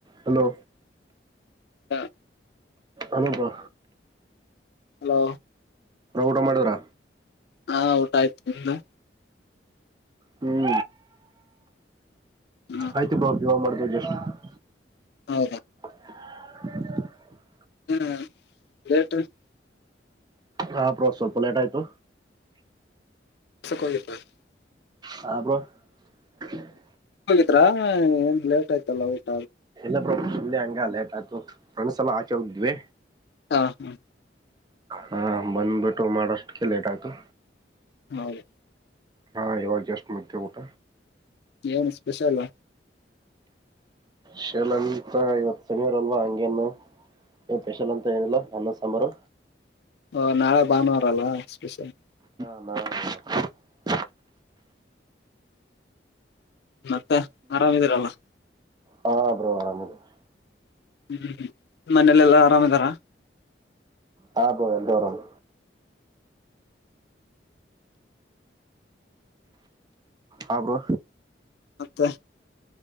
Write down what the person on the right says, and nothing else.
hello
ಅನದಾ
ಊಟ ಮಾಡಿದ್ರಾ
ಹ್ಮ್
ಆಯ್ತು ಬಾ <unintelligible> ಇವಾಗ್ ಮಾಡ <unintelligible>
<inaudible>
ಹಾ ಬ್ರೋ ಸ್ವಲ್ಪ ಲೇಟ್ ಆಯ್ತು
ಹ ಬ್ರೋ <unintelligible>
ಇಲ್ಲ ಬ್ರೋ ಸುಮ್ನೆ ಹಂಗ ಲೇಟ್ ಆಯಿತು ಫ್ರೆಂಡ್ಸ್ ಎಲ್ಲ ಆಚೆ ಹೋಗಿದ್ವಿ
ಹಾ ಬಂದ್ಬಿಟ್ಟು ಮಾಡಷ್ಟ ಕೆ ಲೇಟ್ ಆಯ್ತು
ಹಾ ಇವಾಗ ಜಸ್ಟ್ ಮುಗಿ <unintelligible> ಊಟ
ಶಲಂತ <unintelligible> ರಲ್ವಾ ಹಂಗೆನ್ನು ಏನ ಸ್ಪೆಷಲ್ ಅಂತ ಏನಿಲ್ಲ ಅನ್ನ ಸಾಂಬಾರ್
ಹ <unintelligible>
ಹಾ ಬ್ರೋ ಅರಾಮಿದಿನಿ.
ಹಾ ಬ್ರೋ ಎಲ್ಲರೂ ಅರಾಮ್ ಹ ಬ್ರೋ